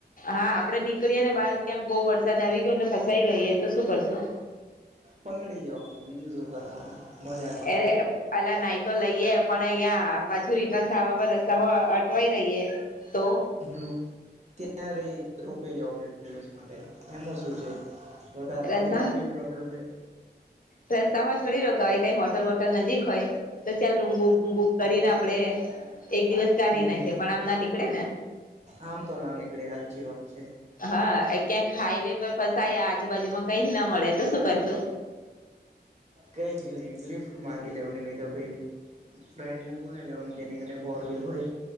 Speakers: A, on the left; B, on the right.
A: હા આપડે નીકળીએ ને બહાર ક્યાંક બહુ વરસાદ આવી ગયો ને ફસાઈ ગઈએ તો શું કરશું?
B: પલડી જવાનું બીજું શું કરવાનું? મજા કરવાની
A: એરે એપ અલા નાઈ તો લઈએ પણ અયાં પાછું રિટર્ન થાવા પર રસ્તા પર અટવાઈ રહીએ તો?
B: હમ્મ, ત્યાં રઇએ રોકાઈ જઓ ને એક દિવસ માટે એમાં શું છે વધારે થોડી
A: રસ્તા
B: મોટી પ્રોબ્લેમ હે.
A: રસ્તામાં થોડી રોકાવાય કઈ હોટ હોટલ વોટલ નજીક હોય તો ચાલ રૂમ બૂમ બુક કરીને આપડે એક દિવસ કાઢી
B: હમ
A: નાખે પણ આમ ના નીકળે ને.
B: આમ તો ના નીકળે હાચી વાત છે.
A: હા ક્યાંક હાઈવે પર ફસાયા આજુબાજુમાં કઈ જ ના મળે તો શું કરશું?
B: કઈ જ નહી લિફ્ટ માંગી લેવાની નહીં તો કઈ ફ્રેન્ડને બોલાઇ લેવાનું જેની કને ફોરવિલ હોય.